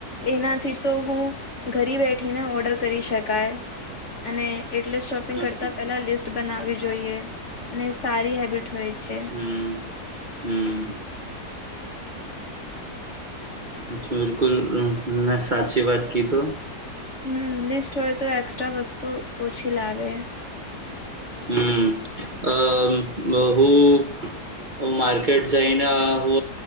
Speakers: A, on the left; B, on the right.
A: એનાથી તો હું ઘરી બેઠીને ઓર્ડર કરી શકાય. અને એટલે શોપિંગ
B: હા,
A: કરતા પેલા લિસ્ટ બનાવી જોઈએ અને સારી હેબિટ ય છે.
B: હમ હમ. અચ બિલકુલ મે સાચી વાત કીધો.
A: હમ લિસ્ટ હોય તો એક્સ્ટ્રા વસ્તુ ઓછી લાવે.
B: હમ આ બ હું હ માર્કેટ જઈના હો